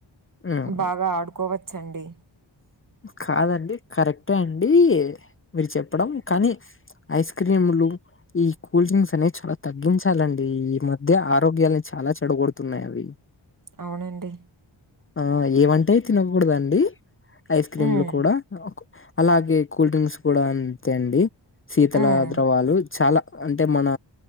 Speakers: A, on the left; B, on the right.
A: హ్మ్
B: బాగా ఆడుకోవచ్ ఛ్ండి
A: కాదండి కరెక్టే అండి మీరు చెప్పడం కానీ ఐస్ క్రీములు ఈ కూల్ డ్రింక్స్ అనేవి చాలా తగ్గించాలండి ఈ మధ్య ఆరోగ్యాల్ని చాలా చెడగొడుతున్నాయవి అనాడిబుల్
B: అవునండి
A: ఆ ఏమంటే తినకూడదండి ఐస్ క్రీమ్లు
B: హ్మ్.
A: కూడా అలాగే కూల్ డ్రింక్స్ కూడా అంతే అండి శీతల
B: హ్మ్.
A: ద్రవాలు చాలా అంటే మన